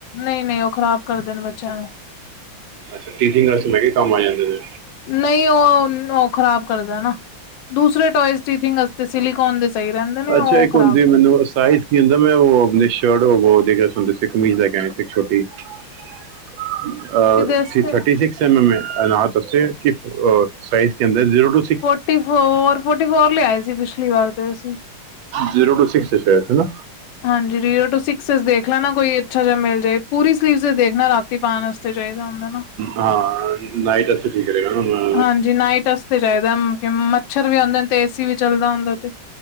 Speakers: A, on the left; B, on the right.
A: ਨਈ-ਨਈ ਓ ਖ਼ਰਾਬ ਕਰਦੇ ਨੇ ਬੱਚਿਆਂ ਨੂੰ।
B: ਅੱਛਾ ਟੀਚਿੰਗ ਨਰਸ ਮੈਂ ਕੈ ਕੰਮ ਆ ਜਾਂਦੇ ਨੇ।
A: ਨਈ ਓ ਉਨ ਓ ਖ਼ਰਾਬ ਕਰਦਾ ਨਾ, ਦੂਸਰੇ ਟੋਇਜ਼ ਚੀਟਿੰਗ ਵਾਸਤੇ, ਸੀਲਿਕੋਨ ਦੇ ਸਹੀ ਰਹਿੰਦੇ ਨੇ
B: ਅੱਛਾ
A: ਉਹ
B: ਇੱਕ
A: ਖ਼ਰਾਬ
B: ਹੁੰਦੀ
A: ਕਰ
B: ਮੈਨੂੰ ਓ ਸਾਈ ਕੀ ਹੁੰਦਾ ਮੈਂ ਓ ਅਪਨੀ ਸ਼ਰਟ ਓ ਹੋਰ ਦੇ ਗਿਆ ਸਨ ਤੁਸੀਂ ਕਮੀਜ਼ ਲੈਕੇ ਆਇਆ ਇੱਕ ਛੋਟੀ। <inaudible> ਆ
A: ਕਿਦੇ ਵਾਸਤੇ
B: ਥੀ ਥਰਟੀ ਸਿਕਸ ਐਮ ਐਮ ਏ ਐ ਨਾ ਦੱਸਿਆ ਕਿ ਅ ਸਾਈਜ਼ ਕੇ ਅੰਦਰ zero two
A: forty four, forty four ਲਿਆਏ ਸੀ ਪਿਛਲੀ ਵਾਰ 'ਤੇ ਅਸੀਂ।
B: ਜ਼ੀਰੋ ਟੂ ਸਿਕਸ ਏ ਸ਼ਾਇਦ ਹਨਾ?
A: ਹਾਂਜੀ ਜ਼ੀਰੋ ਟੂ ਸਿਕਸਜ ਦੇਖ ਲੈਨਾ ਕੋਈ ਅੱਛਾ ਜੇਆ ਮਿਲ ਜੇ ਪੂਰੀ ਸਲੀਵਜ ਦੇਖਨਾ ਰਾਤੀ ਪਾਣ ਵਾਸ ਫੇਰ ਚਾਈਦਾ ਹੁੰਦਾ ਨਾ।
B: ਹਾਂ ਨਾਈਟ ਅਸੀਂ <inaudible>
A: ਹਾਂਜੀ ਨਾਈਟ ਵਾਸਤੇ ਚਾਈਦਾ, ਮੱਛਰ ਵੀ ਹੁੰਦੇ 'ਤੇ ਏ ਸੀ ਵੀ ਚੱਲਦਾ ਹੁੰਦਾ 'ਤੇ